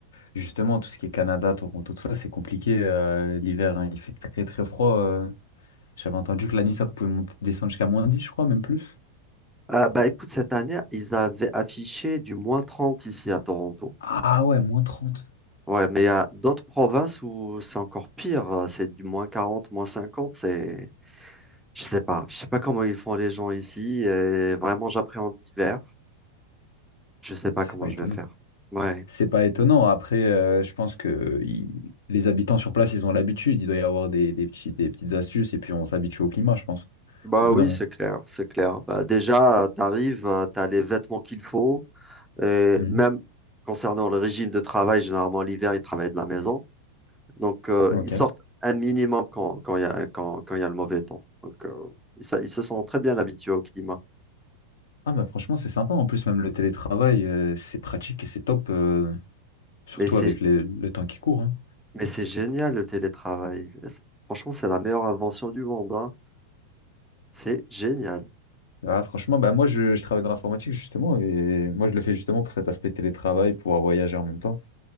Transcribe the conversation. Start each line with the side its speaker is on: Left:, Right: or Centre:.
Left: justement, tout ce qui est Canada, Toronto, tout ça, c'est compliqué euh, l'hiver. hein. Il fait très, très froid. euh. J'avais entendu que la nuit, ça pouvait monter, descendre jusqu'à moins 10, je crois, même plus.
Centre: Euh, bah écoute, cette année, ils avaient affiché du moins 30 ici à Toronto.
Left: Ah ouais, moins 30.
Centre: Ouais, mais il y a d'autres provinces où c'est encore pire. euh, C'est du moins 40, moins 50. C'est, je sais pas. Je sais pas comment ils font les gens ici. Et vraiment, j'appréhende l'hiver. Je sais pas
Left: Ouais, C'est
Centre: comment
Left: pas
Centre: je
Left: étonnant.
Centre: vais faire. Ouais.
Left: C'est pas étonnant. Après, euh, je pense que il- les habitants sur place, ils ont l'habitude. Il doit y avoir des, des petits, des petites astuces et puis on s'habitue au climat, je pense,
Centre: Bah
Left: au bout
Centre: oui,
Left: d'un moment.
Centre: c'est clair, c'est clair. Bah déjà, euh, t'arrives, euh, t'as les vêtements qu'il faut. Et
Left: Mhm.
Centre: même concernant le régime de travail, généralement l'hiver, ils travaillent de la maison. Donc, euh,
Left: Ok.
Centre: ils sortent un minimum quand, quand il y a, quand, quand il y a le mauvais temps. Donc, euh, ils, se ils se sont très bien habitués au climat.
Left: Ah bah franchement, c'est sympa. En plus, même le télétravail, euh, c'est pratique et c'est top, euh, surtout
Centre: Mais c'est
Left: avec les- le temps qui court. hein.
Centre: Mais c'est génial le télétravail. Euh, C'est- Franchement, c'est la meilleure invention du monde, hein. C'est génial.
Left: Ah, franchement, bah moi, je, je travaille dans l'informatique justement et moi, je le fais justement pour cet aspect télétravail, pouvoir voyager en même temps.